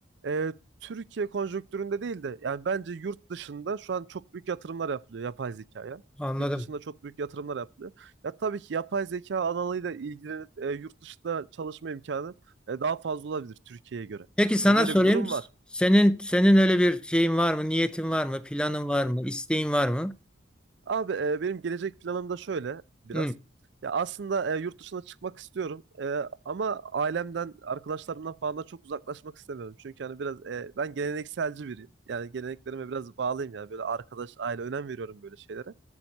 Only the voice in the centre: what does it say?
anladım.
Peki sana
sorayım.
Senin senin öyle bir şeyin var mı? Niyetin var mı? Planın var mı? İsteğin var mı?
Hmm,